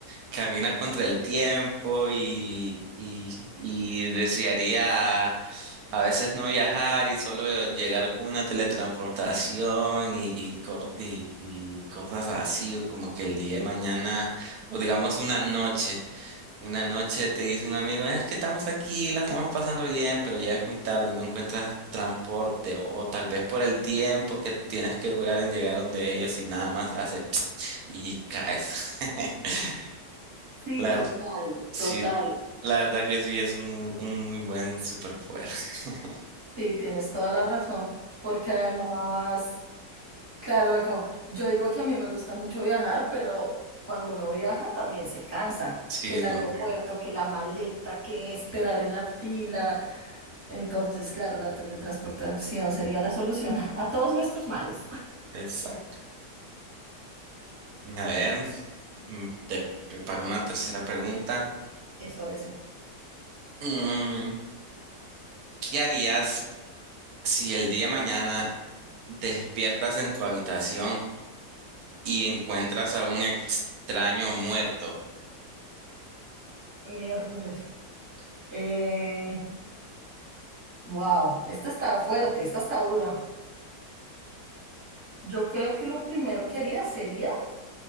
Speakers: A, on the right; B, on the right.
A: camina contra el tiempo y, y, y desearía a veces no viajar y solo llegar con una teletransportación y, y, cor- y, y cosas así, o como que el día de mañana, o digamos una noche. Una noche te dice un amigo, es que estamos aquí, la estamos pasando bien, pero ya es muy tarde, no encuentras transporte o, o tal vez por el tiempo que tienes que durar en llegar donde ellos y nada más haces <tsk> y caes. <laughs>
B: Sí,
A: La,
B: total,
A: ver- sí,
B: total.
A: la verdad que sí es un, un muy buen superpoder. <laughs>
B: Sí, tienes toda la razón, porque además, claro, acá- yo digo que a mí me gusta mucho viajar, pero cuando uno viaja también se cansa,
A: Sí,
B: que el
A: no
B: aeropuerto,
A: sé.
B: que la maleta, que esperar en la fila. Entonces, claro, la teletransportación sería la solución <laughs> a todos nuestros males.
A: exacto. A ver, mm, te preparo una tercera pregunta.
B: Eso, eso.
A: Mm, ¿Qué harías? Si el día de mañana despiertas en tu habitación y encuentras a un extraño muerto,
B: Miércoles. Eh, wow, esta está fuerte, esta está dura. Yo creo que lo primero que haría sería